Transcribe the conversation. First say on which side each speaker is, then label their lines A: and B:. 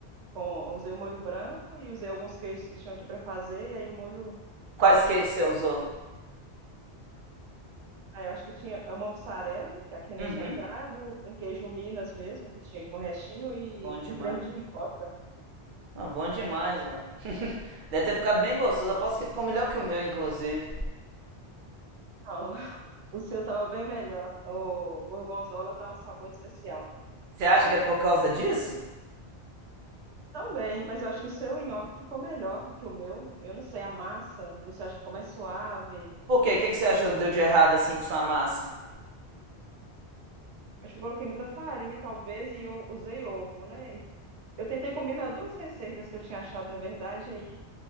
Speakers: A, on the right (about 80°); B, on the right (about 50°).
A: com, usei o molho branco e usei alguns queijos que tinham aqui para fazer, e aí o molho
B: Quais
A: salvou.
B: queijos você usou?
A: Ah, eu acho que tinha é uma mussarela, que a Kenia
B: Uhum.
A: tinha trago, um queijo Minas mesmo, que tinha aqui um restinho, e
B: Bom demais.
A: um creme de ricota.
B: Ah, bom demais, uai. <laughs> Deve ter ficado bem gostoso. Aposto que ficou melhor que o meu, inclusive.
A: Não, <laughs> o seu estava bem melhor. O gorgonzola dá um sabor especial.
B: Você acha que é por causa disso?
A: Também, mas eu acho que o seu nhoque ficou melhor que o meu. Eu não sei, a massa do seu acho que ficou mais suave.
B: Por quê? O que que você achou
A: O meu ficou.
B: que deu de errado assim com sua massa?
A: Acho que eu coloquei muita farinha, talvez, e eu usei ovo, né? Eu tentei combinar duas receitas que eu tinha achado, na verdade, aí